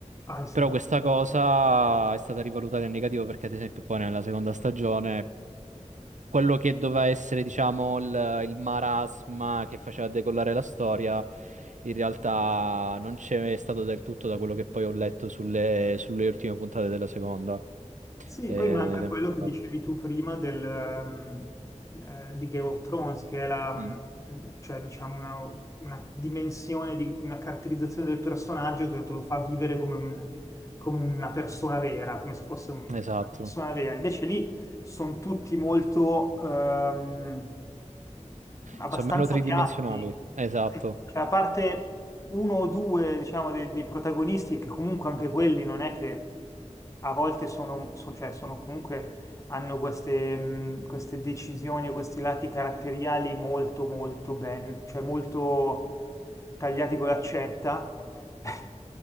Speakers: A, on the left; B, on the right.
A: pazzesco.
B: Però questa cosa è stata rivalutata in negativo perché ad esempio poi nella seconda stagione quello che doveva essere, diciamo, il, il marasma che faceva decollare la storia, in realtà non c'è stato del tutto da quello che poi ho letto sulle, sulle ultime puntate della seconda.
A: Sì,
B: Eh,
A: poi manca
B: Ed è un
A: quello
B: peccato.
A: che dicevi tu prima del, ehm, eh, di Game of Thrones, che è la,
B: Mm,
A: mm, cioè, diciamo una, una dimensione, di, una caratterizzazione del personaggio che te lo fa vivere come, un- come una persona vera, come se fosse un-
B: esatto.
A: una persona vera. Invece lì sono tutti molto, ehm, abbastanza
B: Sono meno tridimensionali.
A: piatti,
B: Esatto.
A: Sì. Cioè, a parte uno o due, diciamo, dei, dei protagonisti, che comunque anche quelli non è che a volte sono, so- cioè, sono comunque hanno queste, mh, queste decisioni o questi lati caratteriali molto molto ben, cioè molto tagliati con l'accetta. <laughs>